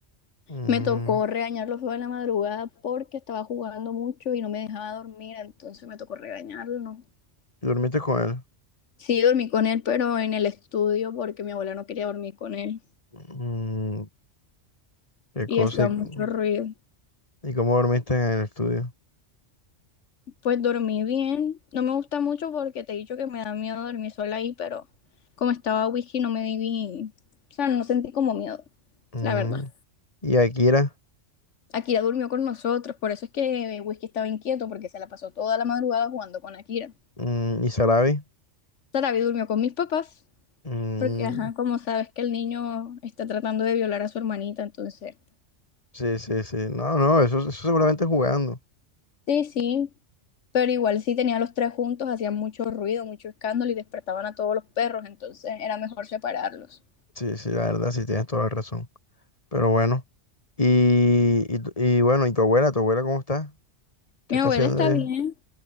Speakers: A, on the left; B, on the left.
A: mm,
B: Me tocó regañarlo fue en la madrugada porque estaba jugando mucho y no me dejaba dormir, entonces me tocó regañarlo. ¿no?
A: ¿y ¿Dormiste con él?
B: Sí, dormí con él, pero en el estudio porque mi abuela no quería dormir con él
A: Mm, ¿Qué
B: y
A: cosa?
B: hacía
A: ¿Y,
B: mucho
A: cómo
B: ruido.
A: y cómo dormiste en el estudio?
B: Pues dormí bien, no me gusta mucho porque te he dicho que me da miedo dormir sola ahí, pero como estaba whisky no me di, o sea, no sentí como miedo,
A: Mm,
B: la verdad.
A: y Akira
B: Akira durmió con nosotros, por eso es que Whisky estaba inquieto porque se la pasó toda la madrugada jugando con Akira.
A: mm, y Sarabi.
B: Sarabi durmió con mis papás
A: mm,
B: Porque, ajá, como sabes que el niño está tratando de violar a su hermanita, entonces,
A: sí, sí, sí. No, no, eso, eso seguramente es jugando.
B: sí, sí, pero igual si tenían los tres juntos, hacían mucho ruido, mucho escándalo y despertaban a todos los perros, entonces era mejor separarlos.
A: Sí, sí, la verdad, sí tienes toda la razón. Pero bueno. Y, y, tu- y bueno, ¿y tu abuela? ¿Tu abuela cómo está? ¿Qué
B: Mi
A: está
B: abuela
A: haciendo
B: está
A: ella?
B: bien,